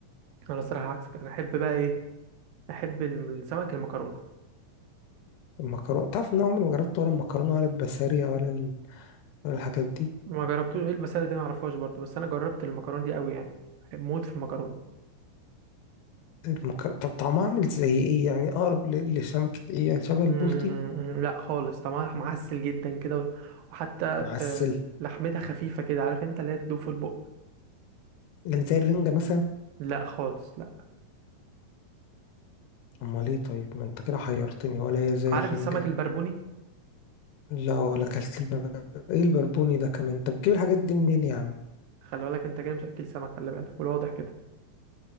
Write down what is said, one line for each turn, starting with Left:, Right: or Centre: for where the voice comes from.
Right: انا الصراحه عكسك انا احب بقى ايه احب الم- السمك المكرونه
Left: المكرونة تعرف إن أنا عمري ما جربت ولا المكرونة ولا البسارية ولا الحاجات دي
Right: ما جربتوش ايه المساله دي ما اعرفهاش برضو بس انا جربت المكرونه دي قوي يعني بحب موت في المكرونه
Left: المكر... طب طعمها عامل زي ايه يعني اقرب ل- لسمكة ايه يعني شبه البلطي
Right: مم، لا خالص طبعا معسل جدا كده وحتى
Left: معسل
Right: آه، لحمتها خفيفه كده عارف انت اللي هي تدوب في البق
Left: يعني زي الرنجة مثلا
Right: لا خالص لا
Left: امال ايه طيب ما انت كده حيرتني ولا هي زي
Right: عارف
Left: الرنجة
Right: السمك البربوني
Left: لا ولا اكلت الب... ايه البربوني ده كمان طب بتجيب الحاجات دي منين يا عم
Right: خلي بالك انت كده مش اكل سمك خلي بالك والواضح كده